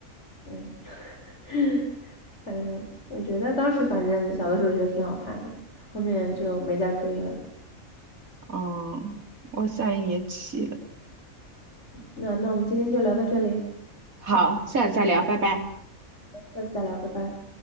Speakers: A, on the left; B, on the right.
A: 对，<laughs> 反正我觉得当时反正小的时候觉得挺好看的后面就没再追了。
B: 嗯，我现在也气了。
A: 那那我们今天就聊到这里，
B: 好，下次再聊，拜拜。
A: 下次再聊，拜拜。